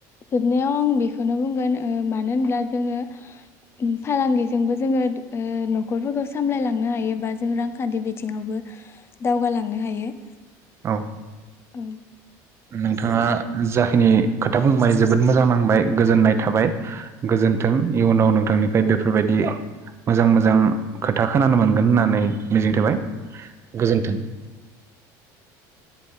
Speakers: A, on the left; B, on the right.
A: जोबनायाव आं बेखौनो बुंगोन ओ मानो होनब्ला जोङो फालांगिजोंबो जोङो ओ नखरफोरखौ सामलायलांनो हायो बा जों रांखान्थि बिथिङावबो दावगालांनो हायो।
B: औ।
A: ओं।
B: नोंथाङा जा खिनि खोथा बुंबाय जोबोद मोजां नांबाय गोजोननाय थाबाय। गोजोन्थों इयुनाव नोंथांनिफ्राय बेफोरबायदि मोजां मोजां खोथा खोनानो मोनगोन होननानै मिजिं थाबाय गोजोन्थों।